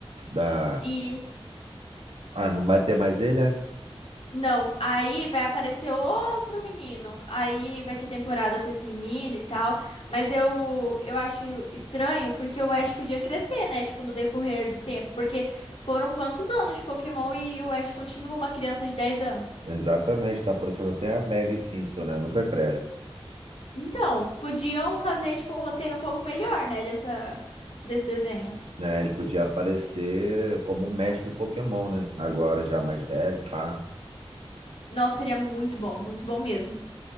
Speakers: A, on the right; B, on the left.
A: da...
B: Isso.
A: Ah, não vai ter mais ele, é?
B: Não, aí vai aparecer outro menino. Aí vai ter temporada com esse menino e tal. Mas eu, eu acho estranho porque o Ash podia crescer, né? Tipo, no decorrer do tempo. Porque foram quantos anos de Pokémon e o Ash continua uma criança de 10 anos?
A: Exatamente. Tá parecendo até a Maggie Simpson, né? Nunca cresce.
B: Então, podiam fazer tipo um roteiro um pouco melhor, né, dessa desse desenho.
A: né? Ele podia aparecer como um mestre Pokémon, né? Agora já mais velho, pá.
B: Nossa, seria muito bom, muito bom mesmo.